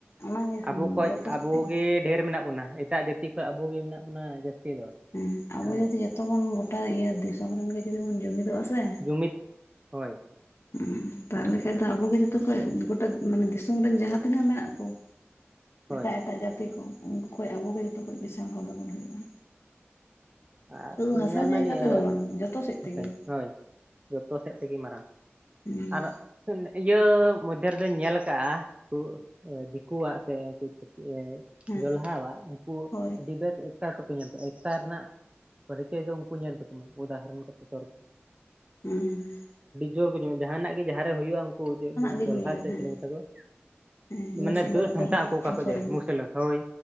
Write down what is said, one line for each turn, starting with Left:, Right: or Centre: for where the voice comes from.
Left: ᱚᱱᱟᱜᱮ ᱥᱮᱧ
Right: ᱟᱵᱩ ᱠᱷᱚᱡ
Left: ᱡᱚᱛᱚ ᱥᱮᱫ
Right: ᱟᱵᱩᱜᱮ
Left: ᱛᱮᱜᱮ
Right: ᱰᱷᱹᱮᱨ ᱢᱮᱱᱟᱜ ᱵᱚᱱᱟ ᱮᱴᱟᱜ ᱡᱟᱹᱛᱤ ᱠᱷᱚᱡ ᱟᱵᱩᱜᱮ ᱢᱮᱱᱟᱜ ᱵᱚᱱᱟ ᱡᱟᱹᱥᱛᱤ ᱫᱚ
Left: ᱦᱮᱸ ᱟᱵᱚ
Right: ᱢᱟᱱᱮ
Left: ᱡᱩᱫᱤ ᱡᱚᱛᱚ ᱵᱚᱱ ᱜᱚᱴᱟᱭ ᱤᱭᱟᱹ ᱫᱤᱥᱚᱢ ᱨᱮᱱ ᱜᱮ ᱡᱩᱫᱤ ᱵᱚᱱ ᱡᱩᱢᱤᱫᱚᱜᱼᱟ ᱥᱮ
Right: ᱡᱩᱢᱤᱫ ᱦᱳᱭ
Left: ᱦᱮᱸ ᱛᱟᱦᱞᱮ ᱠᱷᱟᱜ ᱫᱚ ᱟᱵᱚᱜᱮ ᱡᱚᱛᱚ ᱠᱷᱚᱡ ᱜᱚᱴᱟ ᱢᱟᱱᱮ ᱫᱤᱥᱚᱢ ᱨᱮᱱ ᱡᱟᱦᱟᱸ ᱛᱤᱱᱟᱹᱜ ᱢᱮᱱᱟᱜ ᱠᱚ
Right: ᱦᱳᱭ
Left: ᱮᱴᱟᱜ ᱮᱴᱟᱜ ᱡᱟᱹᱛᱤ ᱠᱚ ᱩᱱᱠᱩ ᱠᱷᱚᱡ ᱟᱵᱚᱜᱮ ᱡᱚᱛᱚ ᱠᱷᱚᱡ ᱠᱤᱥᱟᱹᱲ ᱦᱚᱲ ᱫᱚ ᱵᱩᱱ ᱦᱩᱭᱩᱜᱼᱟ
Right: ᱟᱨ
Left: ᱥᱩᱫᱷᱩ ᱦᱟᱥᱟ
Right: ᱧᱮᱞᱢ
Left: ᱡᱟᱭᱜᱟ
Right: ᱱᱤᱭᱟᱹ
Left: ᱛᱮᱫᱚ ᱵᱟᱝ ᱡᱚᱛᱚ ᱥᱮᱫ ᱛᱮᱜᱮ
Right: ᱟᱪᱷᱟ ᱦᱳᱭ ᱡᱚᱛᱚ ᱥᱮᱫ ᱛᱮᱜᱮ ᱢᱟᱨᱟᱝ
Left: ᱦᱮᱸ
Right: ᱟᱨ ᱤᱱ ᱤᱭᱟᱹ ᱢᱚᱫᱽᱫᱷᱮ ᱨᱮᱫᱚᱧ ᱧᱮᱞ ᱠᱟᱜᱼᱟ ᱫᱤᱠᱩ ᱫᱤᱠᱩᱣᱟᱜ ᱥᱮ
Left: ᱦᱮᱸ
Right: ᱡᱚᱞᱦᱟᱣᱟᱜ ᱩᱱᱠᱩ
Left: ᱦᱳᱭ
Right: ᱟᱹᱰᱤ ᱵᱮᱥ ᱮᱠᱴᱟᱨ ᱛᱮᱠᱚ ᱧᱮᱞ ᱠᱚᱣᱟ ᱮᱠᱴᱟᱨ ᱨᱮᱱᱟᱜ ᱯᱟᱺᱨᱪᱟᱺᱭ ᱫᱚ ᱩᱱᱠᱩ ᱧᱮᱞ ᱛᱟᱠᱚ ᱢᱮ ᱩᱫᱟᱦᱚᱨᱚᱱ ᱠᱟᱛᱮ ᱛᱚᱨᱠᱚ
Left: ᱮᱻᱮ
Right: ᱡᱚᱛᱚ ᱠᱚ ᱡᱚᱢᱟ ᱡᱟᱦᱟᱱᱟᱜ ᱜᱮ ᱡᱟᱦᱟᱸᱨᱮ ᱦᱩᱭᱩᱜᱼᱟ ᱩᱱᱠᱩ
Left: ᱜᱮ
Right: ᱡᱚᱞᱦᱟ
Left: ᱦᱩᱭᱮᱱ
Right: ᱥᱮ
Left: ᱦᱮᱸ
Right: ᱪᱤᱞᱤ ᱠᱳ ᱢᱮᱛᱟ ᱠᱚᱣᱟ
Left: ᱦᱮᱸ
Right: ᱢᱟᱱᱮ
Left: ᱢᱩᱥᱞᱟᱹ
Right: ᱫᱟᱹᱲ ᱥᱟᱢᱴᱟᱜ
Left: ᱡᱚᱞᱦᱟ
Right: ᱟᱠᱚ ᱚᱠᱟ
Left: ᱢᱩᱥᱚᱞᱢᱟᱱ
Right: ᱠᱷᱚᱡ ᱡᱮ ᱢᱩᱥᱟᱹᱞᱟ ᱦᱳᱭ